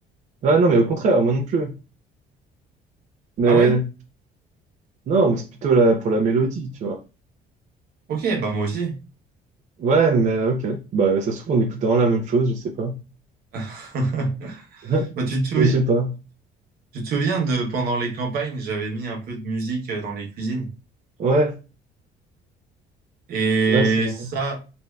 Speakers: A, on the right; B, on the right.
A: Ouais, non, mais au contraire, moi non plus. Mais
B: Ah ouais?
A: non, mais c'est plutôt là pour la mélodie, tu vois.
B: Ok, bah moi aussi.
A: Ouais, mais ok. Bah, ça se trouve, on écoute vraiment la même chose, je sais pas.
B: <laughs>
A: <laughs> Mais
B: Bah, tu te souviens,
A: je sais pas.
B: tu te souviens de pendant les campagnes, j'avais mis un peu de musique euh, dans les cuisines.
A: Ouais,
B: Et
A: ouais, c'est vrai.
B: ça,